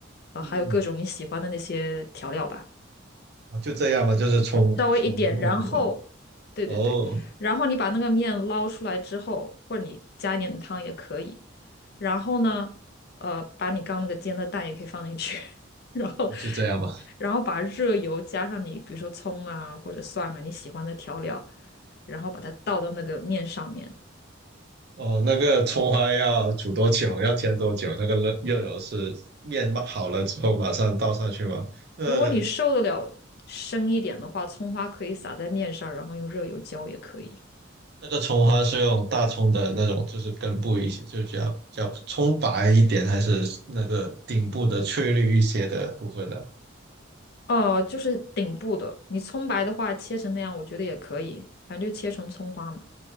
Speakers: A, on the left; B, on the right.
A: 啊、
B: 嗯，
A: 还有各种你喜欢的那些调料吧，
B: 就这样吧，就是冲冲那个
A: 稍微一点，然后，对对对，
B: 哦，
A: 然后你把那个面捞出来之后，或者你加一点汤也可以，然后呢，呃，把你刚那个煎的蛋也可以放进去，<laughs> 然后，
B: 就这样吧。
A: 然后把热油加上你，比如说葱啊或者蒜啊你喜欢的调料，然后把它倒到那个面上面。
B: 哦，那个葱花要煮多久？要煎多久？那个热热油是面嘛好了之后马上倒上去吗？那个
A: 如果你受得了深一点的话，葱花可以撒在面上，然后用热油浇也可以。
B: 那个葱花是用大葱的那种，就是根部一些，就比较比较葱白一点，还是那个顶部的翠绿一些的部分呢？
A: 哦、就是顶部的，你葱白的话切成那样，我觉得也可以，反正就切成葱花嘛。